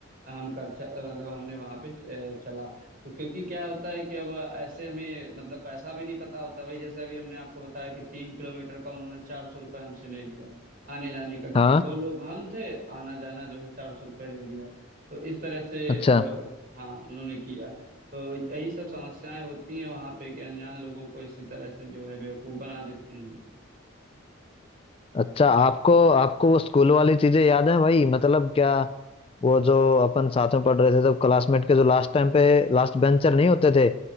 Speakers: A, on the right (about 45°); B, on the left (about 25°).
A: हम कर मतलब हमने वहां पे अ, चला तो क्योंकि क्या होता है कि अब ऐसे हमें मतलब पैसा भी नहीं पता होता भाई जैसे अभी हमने आपको बताया कि तीन किलोमीटर का उन्होंने चार सौ रुपये हमसे ले लिया आने जाने का क्योंकि
B: हाँ
A: दो लोग हम थे आना जाना जो है चार सौ रुपये ले लिया तो इस तरह से
B: अच्छा
A: अ, हाँ उन्होंने किया तो यही सब समस्याएं होती हैं वहां पे कि अनजान लोगों को इसी तरह से जो है बेवकूफ बना देते हैं
B: अच्छा आपको आपको वो स्कूल वाली चीजें याद हैं भाई मतलब क्या वो जो अपन साथ में पढ़ रहे थे तब क्लासमेट के जो लास्ट टाइम पे लास्ट बेंचर नहीं होते थे